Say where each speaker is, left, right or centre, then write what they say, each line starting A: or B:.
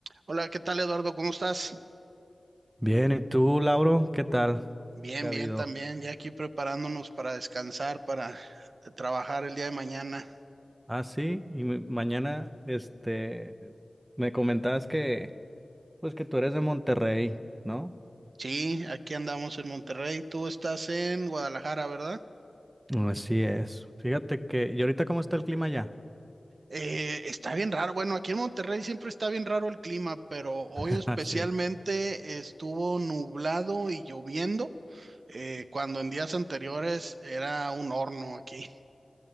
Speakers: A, on the right; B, on the right.
A: Hola, ¿qué tal Eduardo? ¿Cómo estás?
B: Bien, ¿y tú, Lauro? ¿Qué tal?
A: Bien,
B: ¿Qué ha
A: bien
B: habido?
A: también, ya aquí preparándonos para descansar, para eh, trabajar el día de mañana.
B: Ah, sí, y ma- mañana, este, me comentabas que, pues que tú eres de Monterrey, ¿no?
A: Sí, aquí andamos en Monterrey, tú estás en Guadalajara, ¿verdad?
B: Así es. Fíjate que, ¿y ahorita cómo está el clima allá?
A: Eh, está bien raro, bueno, aquí en Monterrey siempre está bien raro el clima, pero hoy
B: <laughs>
A: especialmente
B: Ah, sí.
A: estuvo nublado y lloviendo, eh, cuando en días anteriores era un horno aquí.